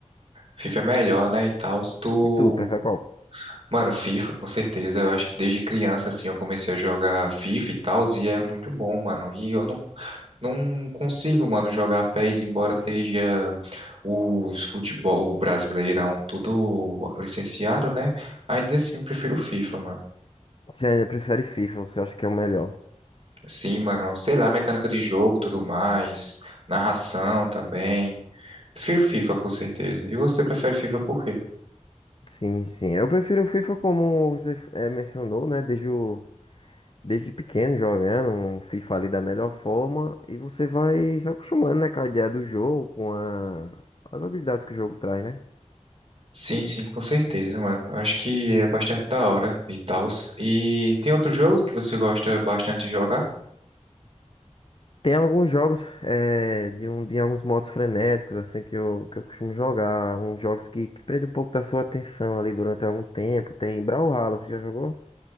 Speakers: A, on the right; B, on the left.
A: FIFA é melhor, né, e tal. Tu
B: E tu, prefere qual?
A: Mano, FIFA, com certeza. Eu acho que desde criança, assim, eu comecei a jogar FIFA e tal, e é muito bom, mano. E eu não, não consigo, mano, jogar pés, embora esteja os futebol brasileirão tudo licenciado, né? Ainda assim, prefiro FIFA, mano.
B: Você ainda prefere FIFA, você acha que é o melhor?
A: Sim, mano, sei lá, mecânica de jogo, tudo mais, narração também. Prefiro FIFA, com certeza. E você prefere FIFA por quê?
B: Sim, sim. Eu prefiro o FIFA como você eh, mencionou, né? Desde o, desde pequeno jogando um FIFA ali da melhor forma e você vai se acostumando, né, com a ideia do jogo, com a, as habilidades que o jogo traz, né?
A: Sim, sim, com certeza, mano. Acho que é bastante da hora e tal. E tem outro jogo que você gosta bastante de jogar?
B: Tem alguns jogos eh, de, um, de alguns modos frenéticos, assim, que eu, que eu costumo jogar. Uns jogos que, que prendem um pouco da sua atenção ali durante algum tempo. Tem Brawlhalla, você já jogou?